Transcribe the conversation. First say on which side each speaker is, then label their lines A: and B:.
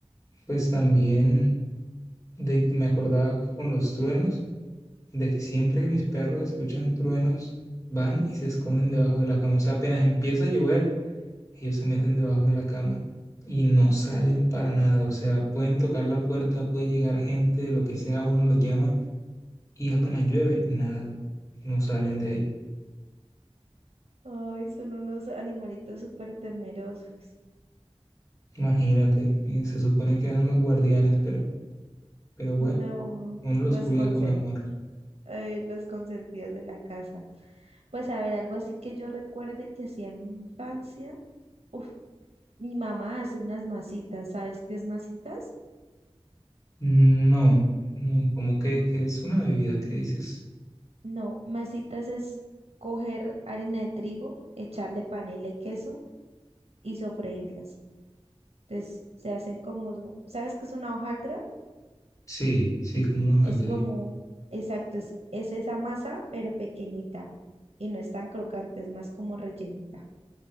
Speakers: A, on the left; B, on the right.
A: pues también de que me acordaba con los truenos, de que siempre que mis perros escuchan truenos, van y se esconden debajo de la cama. O sea, apenas empieza a llover, ellos se meten debajo de la cama y no salen para nada. O sea, pueden tocar la puerta, puede llegar gente, lo que sea, uno los llama y apenas llueve, nada, no salen de ahí.
B: Ay, son unos animalitos súper temerosos.
A: Imagínate, eh, se supone que eran los guardianes, pero, pero bueno,
B: No,
A: uno los
B: los
A: cuida
B: consen-
A: con amor.
B: eh, los consentidos de la casa. Pues a ver, algo así que yo recuerde que hacía en mi infancia. Uf, mi mamá hace unas masitas. ¿Sabes qué es masitas?
A: No, no, como que, que es una bebida que dices.
B: No, masitas es coger harina de trigo, echarle panela y queso y sofreírlas. Entonces se hacen como, su- ¿sabes qué es una hojaldra?
A: Sí, sí, como unos aldres.
B: Es como, exacto, es, es esa masa, pero pequeñita y no es tan crocante, es más como rellenita.